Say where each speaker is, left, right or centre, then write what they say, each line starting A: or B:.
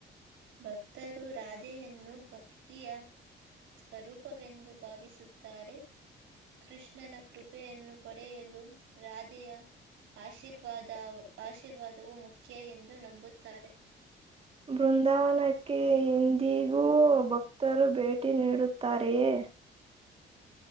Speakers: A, on the right; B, on the right.
A: ಭಕ್ತರು ರಾಧೆಯನ್ನು ಭಕ್ತಿಯ ಸ್ವರೂಪವೆಂದು ಭಾವಿಸುತ್ತಾರೆ ಕೃಷ್ಣನ ಕೃಪೆಯನ್ನು ಪಡೆಯಲು ರಾಧೆಯ ಆಶೀರ್ವಾದ ಆಶೀರ್ವಾದವು ಮುಖ್ಯ ಎಂದು ನಂಬುತ್ತಾರೆ.
B: ಬೃಂದಾವನಕ್ಕೆ ಇಂದಿಗೂ ಭಕ್ತರು ಭೇಟಿ ನೀಡುತ್ತಾರೆಯೇ